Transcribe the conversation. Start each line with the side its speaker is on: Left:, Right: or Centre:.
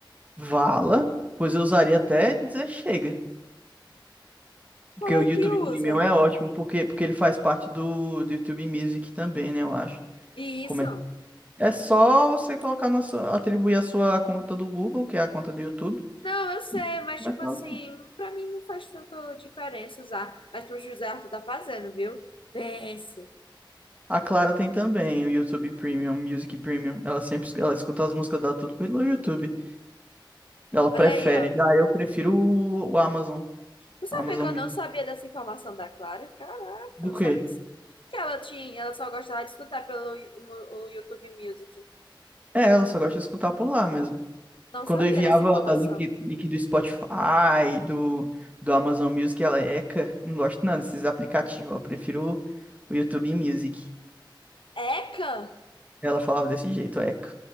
Right: Vala? Pois eu usaria até dizer chega. Porque
Left: Como é
Right: o YouTube
Left: que usa?
Right: Premium é ótimo, porque, porque ele faz parte do, do YouTube Music também, né? Eu acho.
Left: E
Right: Como
Left: isso?
Right: é? É só você colocar na sua, atribuir a sua conta do Google, que é a conta do YouTube.
Left: Não, eu sei,
Right: e
Left: mas
Right: Mas
Left: tipo
Right: não.
Left: assim, pra mim não faz tanta diferença usar, mas pro José Arthur tá fazendo, viu? Pense.
Right: A Clara tem também o YouTube Premium, Music Premium. Ela sempre, es- ela escuta as músicas dela tudo pelo YouTube. Ela
Left: Olha
Right: prefere.
Left: aí, ó.
Right: já eu prefiro o, o Amazon,
Left: Não sabia
Right: Amazon
Left: que eu
Right: Music.
Left: não sabia dessa informação da Clara? Caraca,
Right: Do
Left: eu não
Right: quê?
Left: sabia disso. Que ela tinha, ela só gostava de escutar pelo o, o YouTube Music.
Right: É, ela só gosta de escutar por lá mesmo.
Left: Não sabia
Right: Quando eu enviava
Left: dessa informação.
Right: o link, link do Spotify, do, do Amazon Music, ela, Eca, não gosto não desses aplicativos, eu prefiro o YouTube Music.
Left: Eca?
Right: Ela falava desse jeito, Eca.